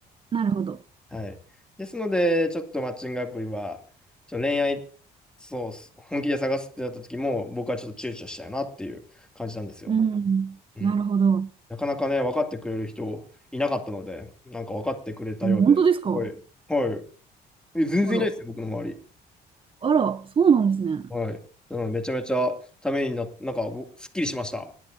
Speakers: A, on the right (about 30°); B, in the centre.
A: なるほど。
B: はい。ですので、ちょっとマッチングアプリは、ちょっと恋愛、そうっす、本気で探すってなった時も、僕はちょっと躊躇したよなっていう感じなんですよ。
A: うん。
B: うん。
A: なるほど。
B: なかなかね、分かってくれる人いなかったので、なんか分かってくれたようで、
A: え、本当ですか
B: すごい、はい。え全然いないですよ、
A: あら。
B: 僕の周り。
A: あら、そうなんですね。
B: はい。なので、めちゃめちゃためにな、なんか、ぼすっきりしました。